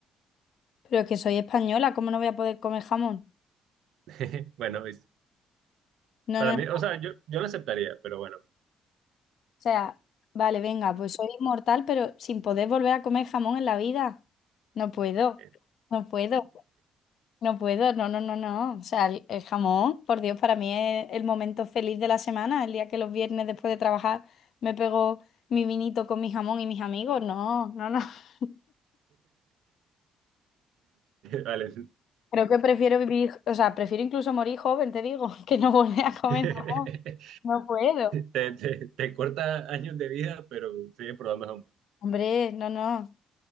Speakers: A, on the left; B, on the right.
A: Pero es que soy española, ¿cómo no voy a poder comer jamón?
B: <laughs> Bueno, es-
A: No,
B: para
A: no,
B: mí,
A: no.
B: o
A: O
B: sea, yo, yo la aceptaría, pero bueno.
A: sea, vale, venga, pues soy inmortal, pero sin poder volver a comer jamón en la vida. No puedo,
B: <laughs>
A: no puedo. No puedo, no, no, no, no. O sea, el, el jamón, por Dios, para mí es el momento feliz de la semana, el día que los viernes después de trabajar me pego mi vinito con mi jamón y mis amigos. No, no, no. <laughs>
B: Vale.
A: Creo que prefiero vivir, o sea, prefiero incluso morir joven, te digo, <laughs> que no volver a comer
B: Te,
A: jamón. No puedo.
B: te- te corta años de vida, pero sigue probando jamón.
A: Hombre, no, no.